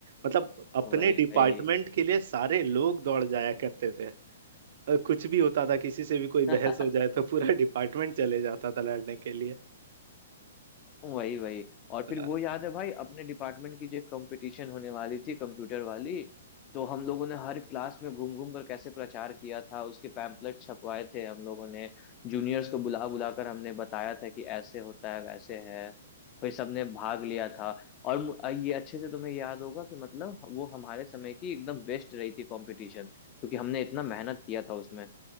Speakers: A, on the right (about 60°); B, on the left (about 30°).
A: मतलब अपने
B: वही
A: डिपार्टमेंट
B: वही
A: के लिए सारे लोग दौड़ जाया करते थे अ, कुछ भी होता था किसी से भी कोई
B: <laughs>
A: बहस हो जाए तो पूरा डिपार्टमेंट चले जाता था लड़ने के लिए
B: वही वही और
A: अ,
B: फिर वो याद है भाई अपने डिपार्टमेंट की जो एक कंपटीशन होने वाली थी कंप्यूटर वाली तो हम लोगों ने हर क्लास में घूम घूम कर कैसे प्रचार किया था उसके पैम्पलेट छपवाए थे हम लोगों ने जूनियर्स को बुला बुला कर हमने बताया था कि ऐसे होता है वैसे है भाई सबने भाग लिया था और मु- अ, ये अच्छे से तुम्हें याद होगा कि मतलब वो हमारे समय की एकदम बेस्ट रही थी कंपटीशन क्योंकि हमने इतना मेहनत किया था उसमें